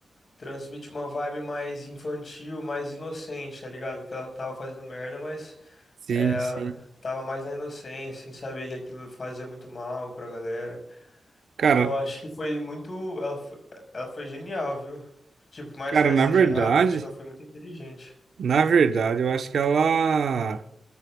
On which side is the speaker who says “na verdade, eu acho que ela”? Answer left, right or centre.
Right